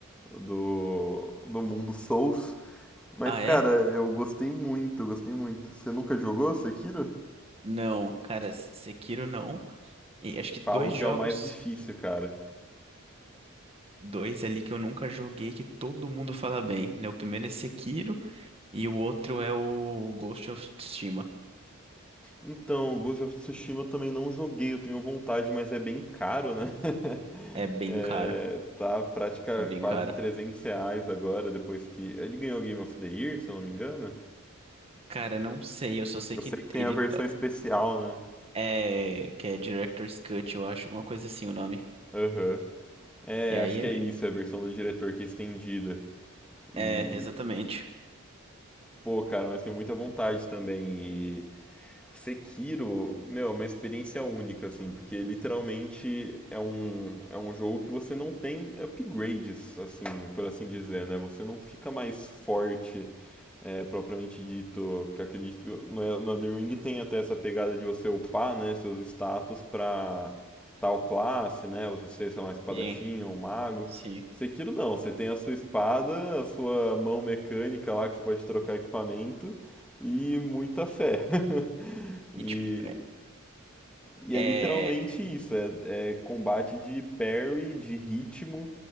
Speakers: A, in the centre; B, on the right (about 30°).
A: do, do mundo Souls. Mas,
B: Ah,
A: cara,
B: é?
A: eu gostei muito, gostei muito. Você nunca jogou Sekiro?
B: Não, cara, S- Sekiro não. E acho que dois
A: Falam que
B: jogos,
A: é o mais difícil, cara.
B: dois ali que eu nunca joguei que todo mundo fala bem, né? O primeiro é Sekiro E o outro é o Ghost of Tsushima.
A: Então, Ghost of Tsushima eu também não joguei, eu tenho vontade, mas é bem caro, né? <laughs>
B: É bem
A: É,
B: caro.
A: tá prática
B: É bem
A: quase
B: caro.
A: 300 reais agora, depois que. Ele ganhou o Game of the Year, se eu não me engano.
B: Cara, não sei, eu só sei
A: Eu
B: que
A: sei que tem
B: ele
A: a versão especial, né?
B: é que é Director's Cut, eu acho, alguma coisa assim o nome.
A: Aham. É,
B: E aí
A: acho que é isso, é a versão do diretor que é estendida. E,
B: é exatamente.
A: pô, cara, mas tenho muita vontade também. Sekiro, meu, é uma experiência única, assim, porque literalmente é um, é um jogo que você não tem upgrades, assim, por assim dizer, né? Você não fica mais forte é, propriamente dito, que acredito que no, no Elden Ring tem até essa pegada de você upar, né, seus status pra tal classe, né, você ser, sei lá, um espadachim
B: Sim,
A: ou um mago.
B: sim.
A: Sekiro não, você tem a sua espada, a sua mão mecânica lá que você pode trocar equipamento e muita fé. <laughs> e,
B: E tipo, é,
A: e
B: é
A: é literalmente isso, é, é combate de parry, de ritmo,